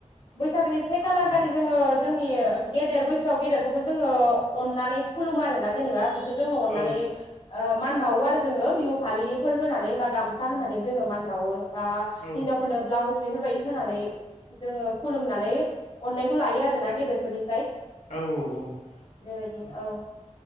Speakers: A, on the left (about 45°); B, on the left (about 75°).
A: बैसागोनि से खालार खालि
B: औ
A: जोङो जोंनि गेदेर बैसोआव गेदेरफोरखौ जोङो अननानै खुलुम आरोना जेनेबा बिसोर जोंनो अननानै
B: औ
A: मान बावो आरो जोङो बिहु फालिफोर होनानै बा गामसा होनानै जोङो मान बावो बा
B: औ
A: हिनजावफोरनो ब्लावस बेफोरबायदि होनानै जोङो खुलुमनानै अननायखौ लायो आर ना गेदेरफोरनि
B: औ औ औ
A: बेबायदि औ